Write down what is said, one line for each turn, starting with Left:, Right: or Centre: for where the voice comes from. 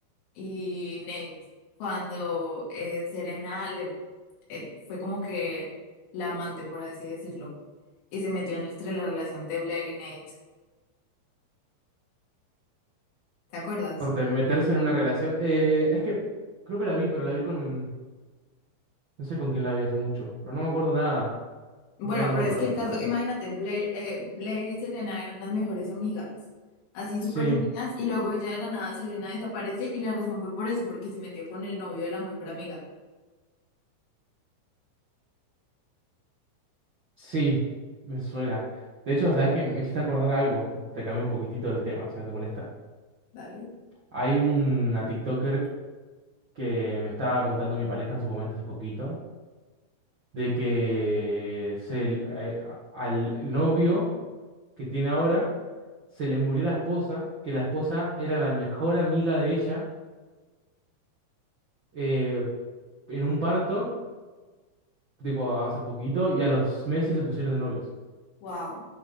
Left: y Nate, cuando eh, Serena le eh, fue como que la amante, por así decirlo, y se metió entre la relación de Blair y Nate. ¿Te acuerdas?
Right: Corte, meterse en una relación. Eh, es que creo que la vi, pero la vi con, no sé con quién la vi hace mucho, pero no me acuerdo nada.
Left: Bueno,
Right: No, no,
Left: pero es
Right: no,
Left: que el caso,
Right: no.
Left: imagínate, Blair, eh, Blair y Serena eran las mejores amigas, así
Right: Sí.
Left: súper unidas, y luego ya de la nada Serena desaparece y la razón fue por eso, porque se metió con el novio de la mejor amiga.
Right: Sí, me suena. De hecho, ¿sabes qué? Me hiciste acordar algo. Te cambié un poquitito el tema, si no te molesta.
Left: Dale.
Right: Hay una TikToker que me estaba contando mi pareja en su momento hace poquito, de que se, le- eh, a- al novio que tiene ahora se le murió la esposa, que la esposa era la mejor amiga de ella eh, en un parto, tipo hace poquito, y a los meses se pusieron de novios.
Left: Wow,